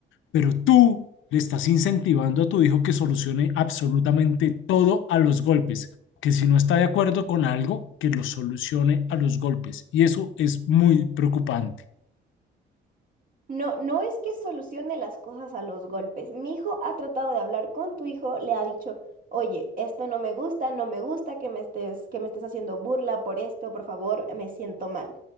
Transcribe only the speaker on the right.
No, no es que solucione las cosas a los golpes. Mi hijo ha tratado de hablar con tu hijo, le ha dicho, oye, esto no me gusta, no me gusta que me estés, que me estés haciendo burla por esto, por favor, me siento mal.